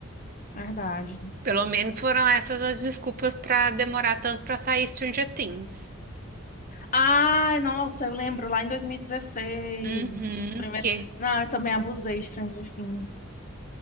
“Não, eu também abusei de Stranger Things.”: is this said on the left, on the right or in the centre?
Left